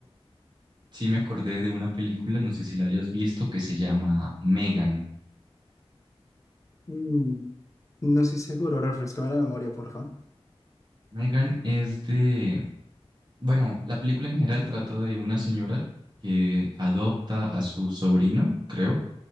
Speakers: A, on the right; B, on the left.
A: Sí me acordé de una película, no sé si la hayas visto, que se llama Megan.
B: Mm, No estoy seguro, refrescame la memoria, porfa.
A: Megan es de, bueno, la película en general trata de una señora que adopta a su sobrino, creo,